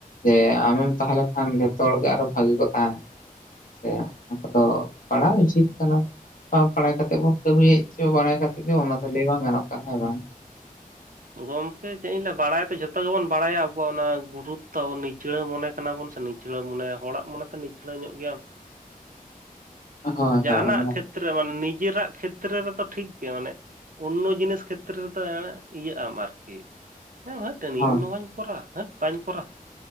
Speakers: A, on the left (about 65°); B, on the right (about 65°).
A: ᱡᱮ ᱟᱢᱮᱢ ᱛᱟᱦᱮ ᱞᱮᱱᱠᱷᱟᱱ ᱡᱷᱚᱛᱚ ᱦᱚᱲ ᱜᱮ ᱟᱨᱦᱚᱸ ᱵᱷᱟᱜᱮ ᱠᱚ ᱛᱟᱦᱮᱱᱟ ᱾ ᱡᱮ ᱚᱱᱟ ᱠᱚᱫᱚ ᱯᱟᱲᱦᱟᱣ ᱩᱪᱤᱛ ᱠᱟᱱᱟ ᱾ ᱵᱟᱝ ᱯᱟᱲᱦᱟᱣ ᱠᱟᱛᱮᱫ ᱵᱚᱱ ᱠᱟᱹᱢᱤᱭᱮᱫ ᱪᱚ ᱵᱟᱲᱟᱭ ᱠᱟᱛᱮᱫ ᱜᱮ ᱚᱱᱟ ᱫᱚ ᱞᱟᱹᱭ ᱵᱟᱝ ᱜᱟᱱᱚᱜ ᱠᱟᱱᱟ ᱦᱮᱸ ᱵᱟᱝ ᱾
B: ᱦᱩᱸ ᱜᱚᱢᱠᱮ ᱪᱮᱫ ᱤᱧ ᱞᱟᱭᱟ ᱵᱟᱲᱟᱭ ᱛᱚ ᱡᱷᱚᱛᱚ ᱜᱮ ᱵᱚᱱ ᱵᱟᱲᱟᱭᱟ ᱟᱵᱚᱣᱟᱜ ᱚᱱᱟ ᱜᱩᱨᱩᱛᱛᱚ ᱼᱼ ᱪᱷᱤᱲᱟᱹᱣ ᱢᱚᱱᱮ ᱠᱟᱱᱟ ᱵᱚᱱ ᱥᱮ ᱱᱤᱪᱷᱲᱟᱹᱣ ᱢᱚᱱᱮ ᱦᱚᱲᱟᱜ ᱢᱚᱱᱮ ᱛᱮ ᱱᱤᱪᱷᱲᱟᱹ ᱧᱚᱸᱜ ᱜᱮᱭᱟᱢ ᱾
A: ᱦᱳᱭ
B: ᱡᱟᱦᱟᱱᱟᱜ
A: ᱦᱳᱭ ᱚᱱᱟ ᱢᱟ
B: ᱠᱷᱮᱛ ᱼᱼ <inaudible> ᱱᱤᱡᱮᱨᱟᱜ ᱠᱷᱮᱛᱨᱮ ᱨᱮᱫᱚ ᱴᱷᱤᱠ ᱜᱮᱭᱟ ᱢᱟᱱᱮ ᱳᱱᱱᱳ ᱡᱤᱱᱤᱥ ᱠᱷᱮᱛᱼᱼ <inaudible> ᱤᱭᱟᱹᱜ ᱟᱢ ᱟᱨᱠᱤ ᱦᱟᱹᱴ ᱤᱧ
A: ᱦᱳᱭ
B: ᱱᱚᱣᱟᱧ ᱼᱼ ᱠᱚᱨᱟᱣ ᱦᱟᱹᱴ ᱵᱟᱹᱧ ᱠᱚᱨᱟᱣᱟ